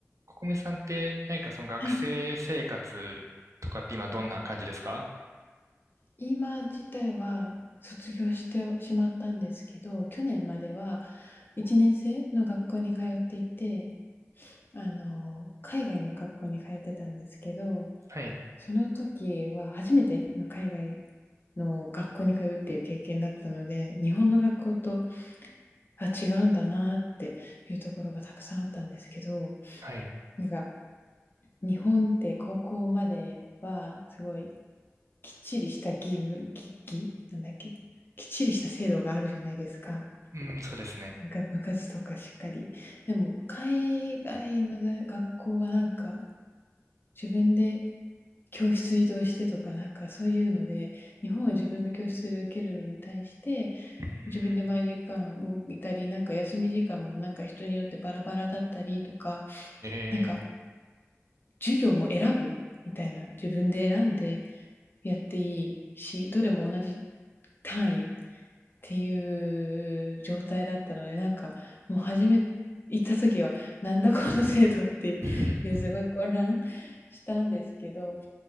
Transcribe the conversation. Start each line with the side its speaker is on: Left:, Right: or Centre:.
Right: ココミさんって何かその学生生活とかって今どんな感じですか
Left: はい。今自体は卒業してしまったんですけど、去年までは1年生の学校に通っていて、あの、海外の学校に通ってたんですけど、
Right: はい、
Left: その時は初めての海外の学校に通うっていう経験だったので、日本の学校と、あ、違うんだなっていうところがたくさんあったんですけど、
Right: はい。
Left: なんか日本って高校まではすごいきっちりした義務、義、義なんだっけきっちりした制度があるじゃないですか。
Right: うん、そうですね。
Left: なんか部活とかしっかり。でも、海外のね学校はなんか、自分で教室移動してとか、なんかそういうので、日本は自分の教室で受けるのに対して、
Right: うーん、
Left: 自分で毎時間動いたり、なんか休み時間もなんか人によってバラバラだったりとか、
Right: ええ
Left: なんか授業も選ぶみたいな、自分で選んでやっていいし、どれも同じ単位っていう状態だったので、なんかもう初め行った時は、なんだこの制度っていうすごい混乱したんですけど、
Right: ー <laughs>